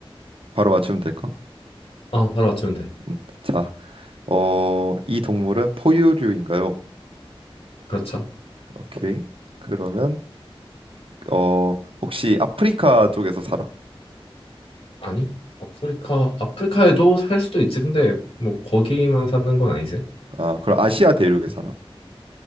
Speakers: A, on the right (about 65°); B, on the left (about 70°).
A: 바로 맞추면 될까?
B: 아, 바로 맞추면 돼.
A: 음. 자, 어 이 동물은 포유류인가요?
B: 그렇죠?
A: 오케이. 그러면 어 혹시 아프리카 쪽에서 살아?
B: 아니? 아프리카 아프리카에도 살 수도 있지. 근데 뭐 거기만 사는 건 아니지.
A: 아, 그럼 아시아 대륙에 사나?